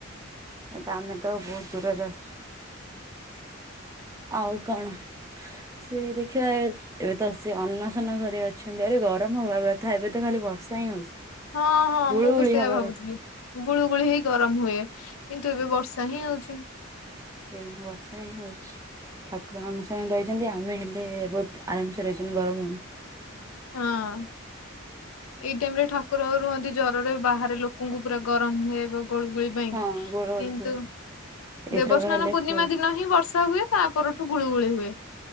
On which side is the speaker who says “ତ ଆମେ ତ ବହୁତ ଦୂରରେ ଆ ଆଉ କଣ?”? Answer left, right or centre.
Right